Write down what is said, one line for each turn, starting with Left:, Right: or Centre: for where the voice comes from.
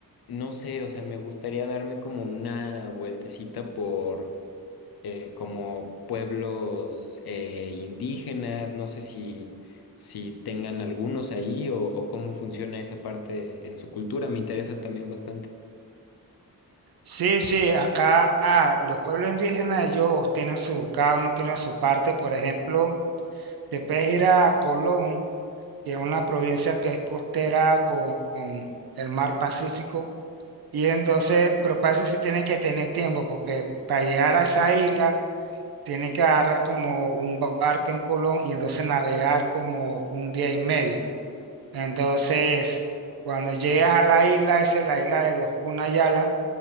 Left: no sé, o sea, me gustaría darme como una vueltecita por eh, como pueblos eh, indígenas, no sé si, si tengan algunos ahí o, o cómo funciona esa parte en su cultura, me interesa también bastante.
Right: Sí, sí, acá ah, los pueblos indígenas, ellos tienen su, cada uno tiene su parte. Por ejemplo, te puedes ir a Colón, que es una provincia que es costera con con el mar Pacífico. Y entonces, pero para eso sí tiene que tener tiempo, porque para llegar a esa isla tiene que agarrar como un barco en Colón y entonces navegar como un día y medio. Entonces, cuando llegas a la isla, esa es la isla de los Cunayala,